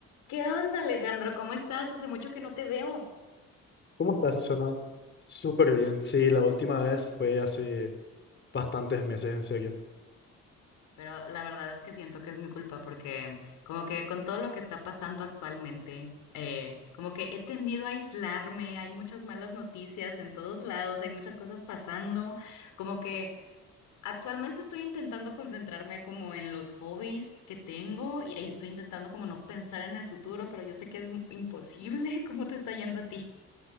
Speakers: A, on the left; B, on the left.
A: ¿Qué onda, Alejandro? ¿Cómo estás? Hace mucho que no te veo.
B: ¿Cómo estás, Susana? Súper bien. Sí, la última vez fue hace bastantes meses, en serio.
A: Pero la verdad es que siento que es mi culpa porque como que con todo lo que está pasando actualmente, eh, como que he tendido a aislarme, hay muchas malas noticias en todos lados, hay muchas cosas pasando, como que actualmente estoy intentando concentrarme como en los hobbies que tengo y y estoy intentando como no pensar en el futuro, pero yo sé que es imposible. <laughs> ¿Cómo te está yendo a ti?